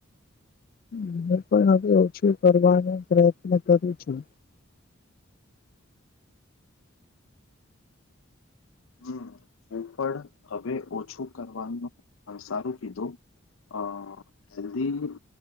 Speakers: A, on the left; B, on the left.
A: હું પણ હવે ઓછું કરવાનો પ્રયત્ન કરું છું.
B: <unintelligible> હમ હુ પણ હવે ઓછું કરવાનું અંસારું કીધો અ હેલ્ધી